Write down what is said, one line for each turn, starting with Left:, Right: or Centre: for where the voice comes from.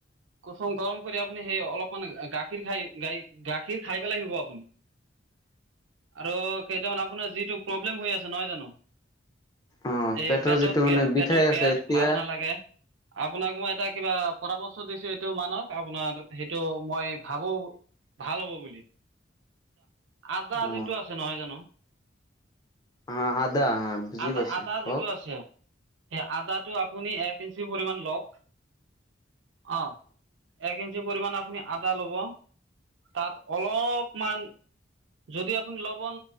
Right: কচুম গৰম কৰি আপুনি সেই অলপমান গাখীৰ খাই গাই গাখীৰ খাই পেলাই শুব আপুনি। আৰু কেইটামান আপোনাৰ যিটো প্ৰব্লেম হৈ আছে নহয় জানো?
Left: অ
Right: এই
Left: পেটৰ
Right: পেটত
Left: যিটো মানে
Right: গে
Left: বিষাই
Right: পেটৰ
Left: আছে
Right: গেছ,
Left: এতিয়া
Right: ভাল নালাগে। আপোনাক মই এটা কিবা পৰামৰ্শ দিছো এইটো মানক আপোনাৰ সেইটো মই ভাবো ভাল হ'ব বুলি, আদা
Left: অ
Right: যিটো আছে নহয় জানো।
Left: অ', আদা অ', বুজি
Right: আদা
Left: পাইছোঁ
Right: আদা
Left: কওঁক?
Right: যিটো আছে সেই আদাটো আপুনি এক ইঞ্চি পৰিমান লওঁক অ', এক কিঞ্চি পৰিমাণ আপুনি আদা ল'ব, তাত অলপমান যদি আপুনি লবণ